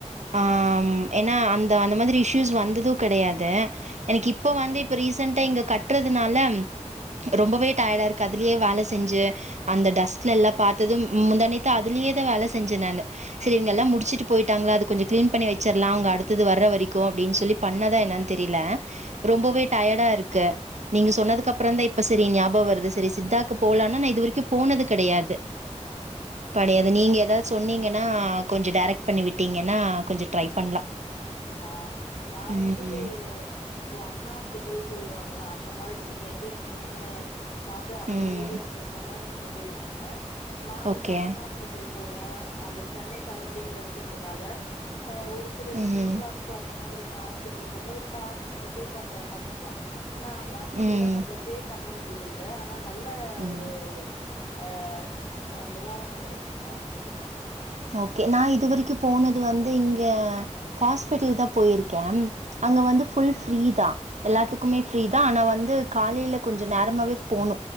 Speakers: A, on the right (about 70°); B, on the left (about 75°).
A: ஆ ம் ஏன்னா அந்த அந்த மாதி இந்த இஷ்யூஸ் வந்தது கெடையாது எனக்கு இப்போ வந்து இப்ப ரீசன்டா இங்க கட்றதுனால ரொம்பவே டயர்டா இருக்கு அதுலயே வேல செஞ்சு அந்த டஸ்ட்லல்லா பாத்ததும் முந்தாநேத்து அதுலியே தா வேல செஞ்ச நானு செரி இவுங்கெல்லா முடிச்சிட்டு போய்ட்டாங்லா அது கொஞ்ச கிளீன் பண்ணி வச்சர்லா அவுங்க அடுத்தது வர்ர வரைக்கு அப்டின்னு சொல்லி பண்ணதா என்னானு தெரில ரொம்பவே டயடா இருக்கு நீங்க சொன்னதுக்கு அப்பறோந் தா இப்ப சரி ஞாபகொ வருது சரி சித்தாக்கு போலான்னா நா இது வரைக்கு போனது கெடயாது படையது
B: அப்டிங்களா
A: நீங்க எதாவது சொன்னீங்கன்னா கொஞ்சோ டேரக்ட் பண்ணி விட்டீங்கன்னா கொஞ்சோ ட்ரை பண்லா
B: ஆ நா
A: ம்
B: வந்து இப்போ அண்ணா ஹாஸ்பிட்டல் சொல்லுவாங்க அந்த மாதிரி நீங்க எங் எங்க இருக்கீங்கன்னு பாத்து அந்த
A: ம்
B: ஏரியாக்கு ஏத்த மாரி நீங்க போய்க் குங்க நா
A: ஓகே
B: வந்து அண்ணா ஹாஸ்பிட்டல் போவே அது சென்னை சரோண்டிங்ல இருக்கறதுனால ஆ ஒரு சிலது
A: ம்
B: இன் அந்த மாதிரியான ஹாஸ்பிட்டல் போம்மோது பாதி நம்ப பே பண்ற மாரி இருக்கு ஆனா அண்ணா ஹாஸ்பிட்டல்ல
A: ம்
B: நம்ப பே பண்ண வேண்டியதில்ல ஆனா நல்ல ஒரு
A: ம்
B: ஆ ஆ நிவாரணம் கெடைக்குதுப்பா
A: ஓகே நா இதுவரைக்கு போனது வந்து இங்க ஹாஸ்பிட்டல் தா போயிருக்கே அங்க வந்து ஃபுல் ஃப்ரீ தா எல்லாத்துக்குமே ஃப்ரீ தா ஆனா வந்து காலேல கொஞ்சோ நேரமாவே போணு